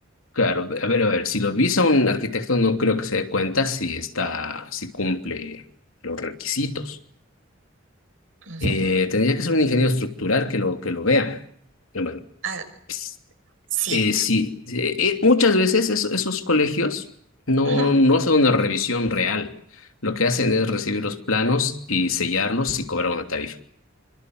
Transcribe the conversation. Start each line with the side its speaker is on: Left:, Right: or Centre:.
Left: Claro, a ver, a ver, si lo visa un arquitecto no creo que se dé cuenta si está, si cumple los requisitos.
Right: Ujú.
Left: Eh, tendría que ser un ingeniero estructural que lo, que lo vea. Eh, Bueno,
Right: Ah,
Left: ps-
Right: sí.
Left: eh, sí, eh, eh, muchas veces eso- esos colegios no,
Right: Ujú.
Left: no hacen una revisión real. Lo que hacen es recibir los planos y sellarlos y cobrar una tarifa.